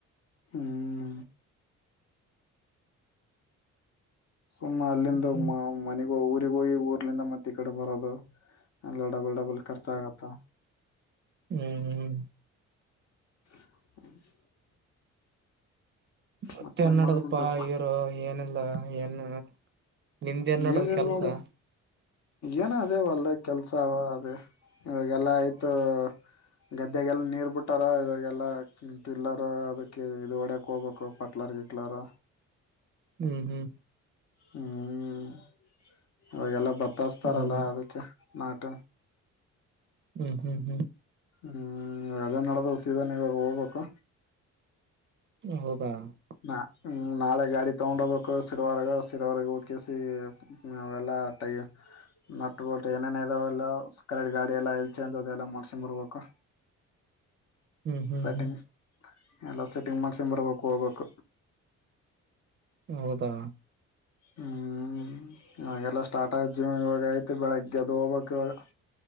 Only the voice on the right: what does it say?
ಹ್ಮ್
ಹ್ಮ.
ಮತ್ತೆ
ಎನಡದಪ್ಪಾ
ಇರೋ ಏನಿಲ್ಲ ಏನು. ನಿಂದೇನಡ
ಕೆಲ್ಸ.
ಹುಂ ಹುಂ
ಹೌದಾ
ಹುಂ ಹುಂ ಹುಂ
<unintelligible>
ಹ್ಮ್ ಹ್ಮ್
ಹ್ಮ್
ಹೌದಾ